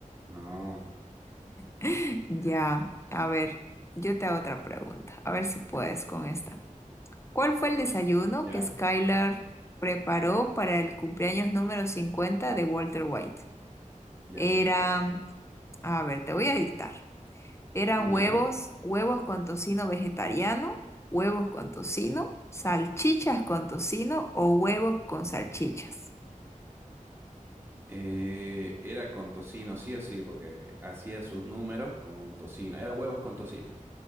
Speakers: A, on the right; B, on the left.
A: No,
B: <laughs> Ya, a ver, yo te hago otra pregunta. A ver si puedes con esta. ¿Cuál fue el desayuno
A: ya,
B: que Skylar preparó para el cumpleaños número 50 de Walter White?
A: ya
B: Era,
A: sé cuál.
B: a ver, te voy a dictar. Eran
A: Ya.
B: huevos, huevos con tocino vegetariano, huevos con tocino, salchichas con tocino o huevos con salchichas.
A: Eh, era con tocino, sí o sí, porque hacía sus números con el tocino. Era huevos con tocino.